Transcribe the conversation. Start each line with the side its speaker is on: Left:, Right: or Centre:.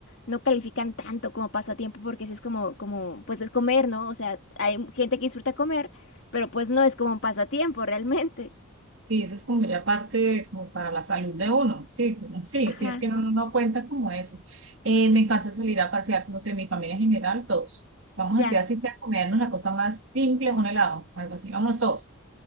Left: no califican tanto como pasatiempo, porque sí es como, como, pues es comer, ¿no? O sea, hay gente que disfruta comer, pero pues no es como un pasatiempo realmente.
Right: Sí, eso es como ya parte como para la salud de uno, sí, sí,
Left: Ajá,
Right: sí, es que uno no cuenta como eso. Eh, me encanta salir a pasear, no sé, mi familia en general, todos. Vamos
Left: ya.
Right: así, así sea, comernos la cosa más simple, un helado, algo así, vamos todos.